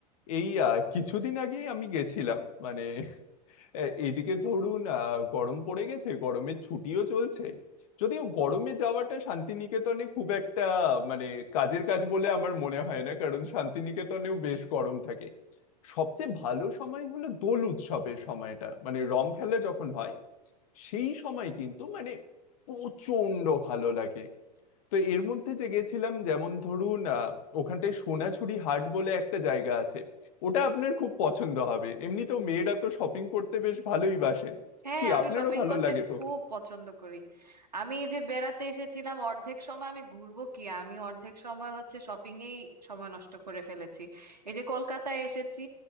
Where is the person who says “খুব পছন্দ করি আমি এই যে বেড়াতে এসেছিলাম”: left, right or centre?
Right